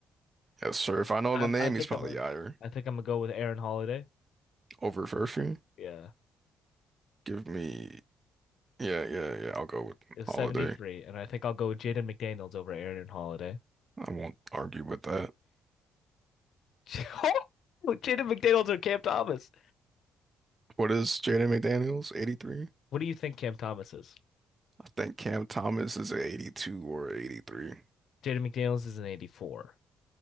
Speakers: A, on the right (about 30°); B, on the left (about 65°).
A: Yes, sir. If I know
B: Um,
A: the name,
B: I think
A: he's probably
B: I'm a,
A: higher.
B: I think I'm gonna go with Aaron Holiday.
A: Over Furphy.
B: Yeah.
A: Give me yeah, yeah, yeah. I'll go with
B: It was
A: Holiday.
B: 73, and I think I'll go with Jaden McDaniels over Aaron Holiday.
A: I won't argue with that.
B: <laughs> Jaden McDaniels or Cam Thomas?
A: What is Jaden McDaniels? 83?
B: What do you think Cam Thomas is?
A: I think Cam Thomas is at 82 or 83.
B: Jaden McDaniels is an 84.